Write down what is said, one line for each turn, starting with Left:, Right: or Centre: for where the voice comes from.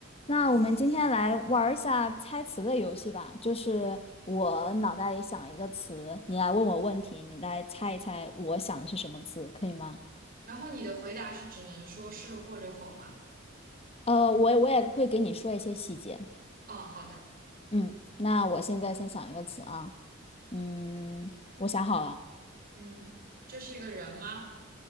Left: 那我们今天来玩儿一下猜词的游戏吧，就是我脑袋里想一个词，你来问我问题，你来猜一猜我想的是什么词，可以吗？
Right: 然后你的回答是只能说是或者否吗？
Left: 呃，我我也会给你说一些细节。
Right: 哦，好的，
Left: 嗯，那我现在先想一个词啊，嗯，我想好了，
Right: 嗯，这是一个人吗？